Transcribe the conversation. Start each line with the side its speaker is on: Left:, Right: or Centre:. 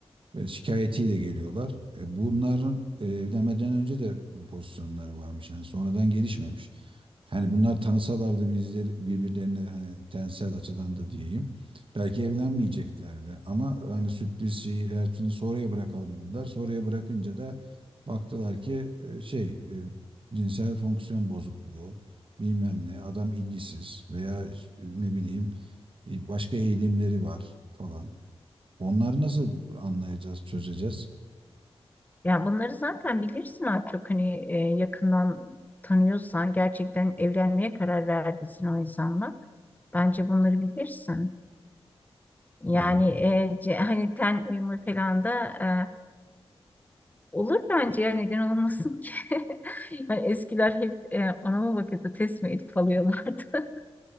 Right: e, şikayetiyle geliyorlar. E, bunların e, evlenmeden önce de bu pozisyonları varmış. Yani sonradan gelişmemiş. Hani bunlar tanısalardı bizleri birbirlerine hani tensel açıdan da diyeyim. Belki evlenmeyeceklerdi ama hani sürpriz şeyi her şeyini sonraya bırakalım dediler. Sonraya bırakınca da baktılar ki e, şey e, cinsel fonksiyon bozukluğu bilmem ne adam ilgisiz veya e, ne bileyim e, başka eğilimleri var falan. Onları nasıl anlayacağız, çözeceğiz?
Left: Yani bunları zaten bilirsin artık hani e, yakından tanıyorsan gerçekten evlenmeye karar verdiysen o insanla bence bunları bilirsin. Yani
Right: Ya bir-
Left: e, ce- hani ten uyumu falan da e, olur bence ya neden olmasın ki? <laughs> Yani eskiler hep e, ona mı bakıyordu test mi edip alıyorlardı? <laughs>